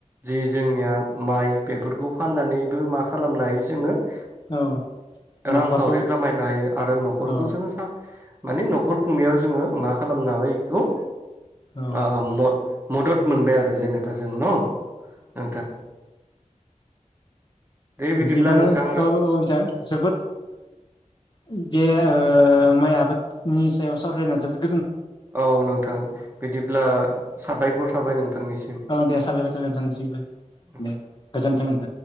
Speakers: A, on the right (about 15°); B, on the left (about 35°).
A: जि जोंनिया माइ बेफोरखौ फाननानैबो मा खालामनो हायो जोङो। ओ
B: औ न'खरखौ
A: रांखावरि खामायनो हायो आरो नखरखौ
B: औ
A: जोङो। माने नखर खुंनायाव जोङो मा खालामनो हाबाय बेखौ।
B: औ
A: ओ मदद मोनबाय आरो जेनेबा जों न नोंथां। दे बिदिब्ला
B: बिदिबानो
A: नोंथां
B: औ औ जा जोबोद <unintelligible> बे आङो माइ आबादनि सायाव सावरायना जोब
A: औ नोंथां बिदिब्ला साबायखर थाबाय नोंथांनिसिम
B: औ दे साबायखर थाबाय नोंथांनिसिमबो
A: औ।
B: दे गोजोन्थों नोंथां।